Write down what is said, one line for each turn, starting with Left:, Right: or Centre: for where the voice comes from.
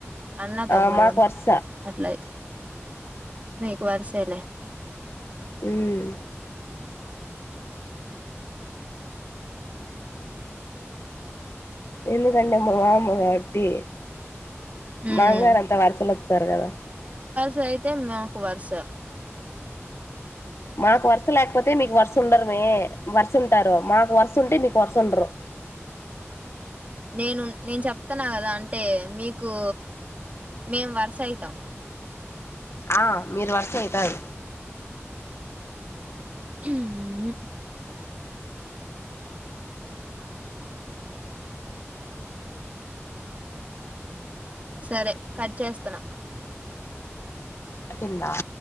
Right: అన్న తమ్ముల్లం
Left: ఆ మాకు వరుస
Right: అట్లా అయి మీకు వార సేలె
Left: ఉమ్ ఎందు కంటె మామ్మ కాబటి
Right: ఉమ్
Left: మాంగారత్తా వరసలు వచ్చారు కదా
Right: జయితే మాకు వరుస
Left: మాకు వరుస లేకపోతే మీకు వరుస ఉండరుమే వర్స ఉంటారు మాకు వర్స ఉంటే మీకు వర్స ఉండరు
Right: నేను నేను చెప్తన్న కదా అంటే మీకు మేమ్ వర్స అయితాం
Left: ఆ మీరు వర్స ఉంటారు.
Right: మ్ సరే కట్ చేస్తున్న
Left: వినబడతుందా